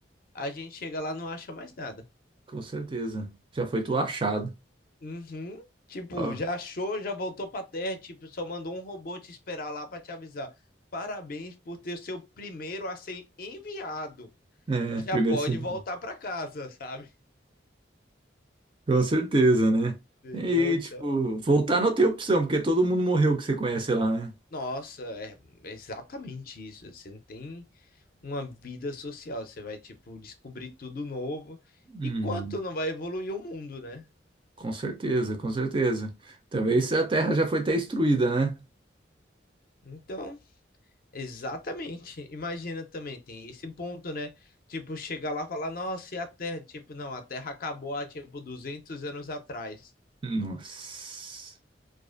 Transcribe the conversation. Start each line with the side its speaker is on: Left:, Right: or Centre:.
Left: a gente chega lá e não acha mais nada.
Right: Com certeza. Já foi tudo achado.
Left: Uhum. Tipo,
Right: Ó,
Left: já achou, já voltou pra terra, tipo, só mandou um robô te esperar lá para te avisar. Parabéns por ter seu primeiro a ser enviado.
Right: É,
Left: Já
Right: primeiro
Left: pode
Right: sim,
Left: voltar para casa, <laughs> sabe?
Right: com certeza, né?
Left: Entendeu?
Right: E,
Left: Então,
Right: tipo, voltar não tem opção, porque todo mundo morreu que você conhece lá, né?
Left: Nossa, é exatamente isso. Você não tem uma vida social. Você vai, tipo, descobrir tudo novo.
Right: Hum,
Left: E quanto não vai evoluir o mundo, né?
Right: com certeza, com certeza. Talvez a Terra já foi até destruída, né?
Left: Então, exatamente. Imagina também, tem esse ponto, né? Tipo, chegar lá e falar, nossa, e a Terra? Tipo, não, a Terra acabou há, tipo, 200 anos atrás.
Right: Nossa.